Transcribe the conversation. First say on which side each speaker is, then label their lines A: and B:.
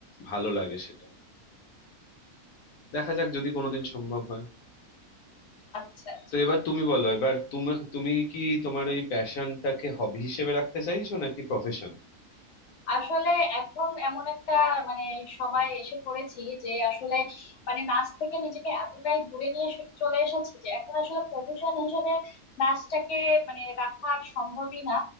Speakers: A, on the left; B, on the left.
A: ভালো লাগে সেটা দেখা যাক যদি কোনোদিন সম্ভব হয়
B: আচ্ছা আচ্ছা।
A: তো এবার তুমি বলো এবার তুমি তুমি কি তোমার এই প্যাশনটাকে হবি হিসেবে রাখতে চাইছো নাকি প্রফেশন
B: আসলে এখন এমন একটা মানে সময় এসে পড়েছি যে আসলে মানে নাচ থেকে নিজেকে এতটাই দূরে নিয়ে এসে- চলে এসেছি যে এখন আসলে প্রফেশন হিসেবে নাচটাকে মানে রাখা আর সম্ভবই না